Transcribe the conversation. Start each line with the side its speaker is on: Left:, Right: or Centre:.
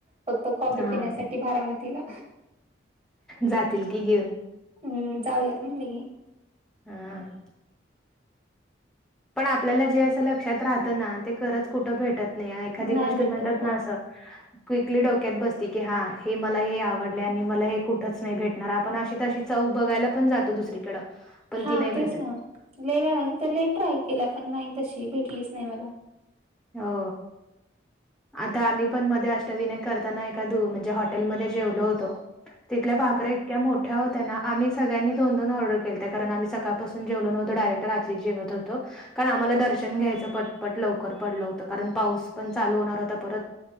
Right: फक्त कॉफी
Centre: हां.
Right: पिण्यासाठी बारामतीला.
Centre: जातील की घेऊन.
Right: हम्म जाऊयात म्हणले की.
Centre: हा. पण आपल्याला जे असं लक्षात राहतं ना, ते खरंच कुठं भेटत नाही एखादी
Right: नाही
Centre: गोष्ट
Right: भेटत
Centre: म्हणतात ना असं.
Right: <inaudible>
Centre: क्विकली डोक्यात बसती की, हा हे मला हे आवडले आणि मला हे कुठंच नाही भेटणार आपण अशी तशी चव बघायला पण जातो दुसरीकडं. पण
Right: हा
Centre: ती नाही भेटत.
Right: तेच ना लाई वेळा इथं लई ट्राय केला पण नाही तशी भेटलीच नाही मला.
Centre: हो. आता आम्ही पण मध्ये अष्टविनायक करताना एका म्हणजे हॉटेलमध्ये जेवलो होतो. तिथल्या भाकऱ्या
Right: हा
Centre: इतक्या मोठ्या हो त्या ना आम्ही सगळ्यांनी दोन दोन ऑर्डर केलं त्या, कारण आम्ही सकाळासून जेवलो नव्हतो डायरेक्ट रात्री जेवत होतो. कारण आम्हाला दर्शन घ्यायचं पटपट लवकर पडलं होतं, कारण पाऊस पण चालू होणार होता परत